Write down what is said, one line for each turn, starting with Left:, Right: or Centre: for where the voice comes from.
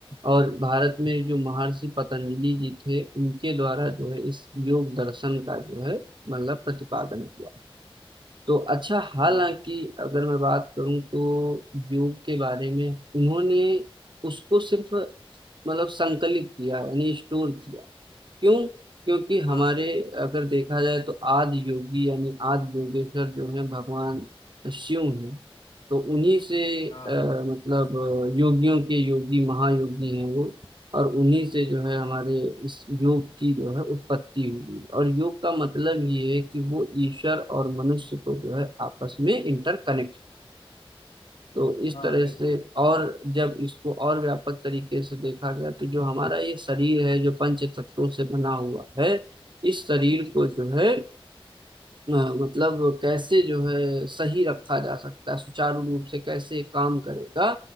Right: और भारत में जो महर्षि पतंजलि जी थे उनके द्वारा जो है इस योग दर्शन का जो है मतलब प्रतिपादन किया तो अच्छा हालांकि
Left: हाँ
Right: अगर मैं बात करूं तो योग के बारे में उन्होंने उसको सिर्फ मतलब संकलित किया यानी स्टोर किया क्यों क्योंकि
Left: हाँ
Right: हमारे अगर देखा जाए तो आदि योगी यानी आदि योगेश्वर जो है भगवान शिव हैं तो उन्हीं से अ,
Left: हाँ
Right: मतलब अ, योगियों के योगी महायोगी हैं वो और उन्हीं से जो है हमारे इस योग की जो है उत्पत्ति हुई और योग का मतलब ये है कि वो ईश्वर और मनुष्य को जो है आपस में इंटरकनेक्ट तो इस
Left: हाँ
Right: तरह
Left: बिल्कुल
Right: से और जब इसको और व्यापक तरीके से देखा गया तो जो हमारा ये शरीर है जो पंच तत्वों से बना हुआ है इस शरीर को जो है अ, मतलब कैसे जो है सही रखा जा सकता है सुचारू रूप से कैसे काम करेगा